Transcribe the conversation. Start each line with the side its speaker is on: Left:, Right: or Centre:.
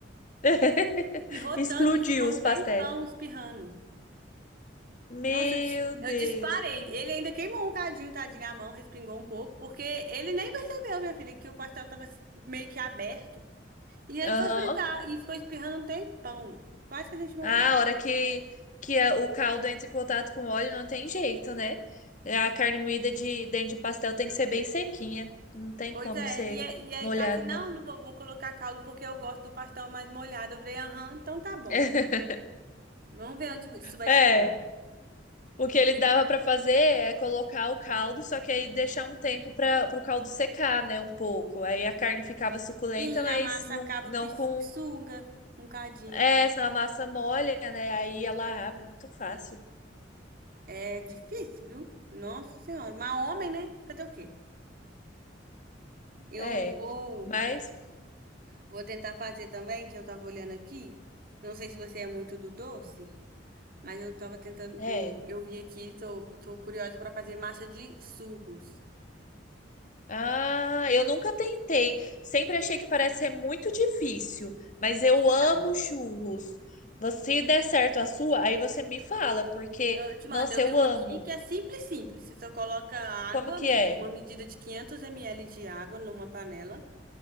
Left: <laughs>
Right: <laughs> espirrou
Left: Explodiu
Right: tanto e ficou
Left: os
Right: um tempão
Left: pastéis.
Right: espirrando.
Left: Meu
Right: Nossa, eu, dis-
Left: Deus.
Right: eu disparei. Ele ainda queimou um cadinho, tadinho, a mão, respingou um pouco, porque ele nem percebeu, minha filha, que o pastel tava meio que aberto. E aí
Left: Aham.
Right: foi fritar e ficou espirrando um tempão. Quase que a gente morreu.
Left: Ah, a hora que, que a- o caldo entra em contato com o óleo, não tem jeito, né? É, A carne moída de dentro de pastel tem que ser bem sequinha. Não tem
Right: Pois
Left: como
Right: é,
Left: ser
Right: e, é- e aí
Left: molhado,
Right: ele tá assim, não,
Left: não.
Right: não vou, vou colocar caldo porque eu gosto do pastel mais molhado. Eu falei, aham, então tá bom.
Left: <laughs>
Right: Vamos ver onde isso vai
Left: É,
Right: chegar.
Left: o que ele dava pra fazer é colocar o caldo, só que aí deixar um tempo para o caldo secar, né, um pouco. Aí a carne ficava suculenta,
Right: Sim,
Left: mas
Right: a massa
Left: não,
Right: acaba
Left: não
Right: que
Left: com
Right: suga um cadinho.
Left: É, senão a massa molha, né? Aí ela abre muito fácil.
Right: É difícil, viu? Nossa Senhora. Mas homem, né? Fazer o quê? Eu
Left: É.
Right: vou.
Left: Mas,
Right: Vou tentar fazer também, que eu tava olhando aqui. Não sei se você é muito do doce, mas eu tava tentando,
Left: é.
Right: eu, eu vi aqui, tô, tô curiosa pra fazer massa de surros.
Left: Ah, eu nunca tentei. Sempre achei que parece ser muito difícil. Mas eu
Right: Então,
Left: amo churros. Você- Se der certo a sua, aí você me fala, porque,
Right: eu te mando,
Left: nossa,
Right: eu
Left: eu
Right: vi uma
Left: amo.
Right: aqui que é simples, simples. Você só coloca água,
Left: Como que
Right: medi-
Left: é?
Right: uma medida de 500 ml de água numa panela,